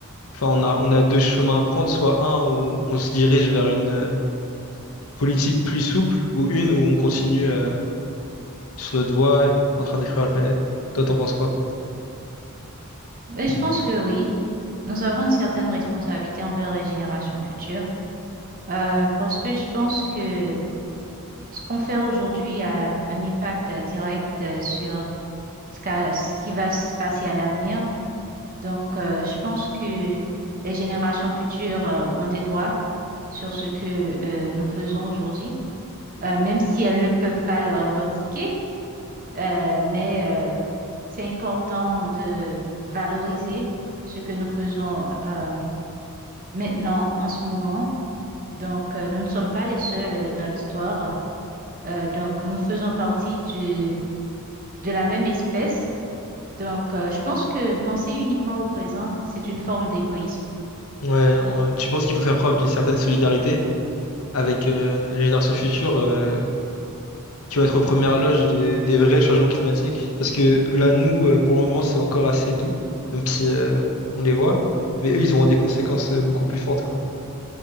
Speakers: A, on the left; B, on the right.
A: Enfin, on a, on a deux chemins à prendre, soit un où on se dirige vers une euh, politique plus souple, ou une où on continue euh, sur notre voie en train de détruire la planète. Toi, t'en penses quoi?
B: Mais je pense que oui. Nous avons une certaine responsabilité envers les générations futures euh, parce que je pense que Ce qu'on fait aujourd'hui a un impact euh, direct euh, sur ce qu'a- ce qui va se passer à l'avenir. Donc, euh, je pense que les générations futures euh, ont des droits sur ce que euh, nous faisons aujourd'hui, Euh, même si elles ne peuvent pas le revendiquer. euh, mais euh, c'est important de valoriser ce que nous faisons euh, maintenant, en ce moment. Donc, euh, nous ne sommes pas les seuls euh, dans l'histoire. Euh, donc, nous faisons partie du de la même espèce. Donc, euh, je pense que penser uniquement au présent, c'est une forme d'égoïsme.
A: Ouais, on- tu penses qu'il faut faire preuve d'une certaine solidarité avec euh, les générations futures, euh, qui vont être aux premières loges des, des vrais changements climatiques. Parce que là, nous, euh, pour le moment, c'est encore assez doux, même si euh, on les voit. Mais eux, ils auront des conséquences euh, beaucoup plus fortes, quoi.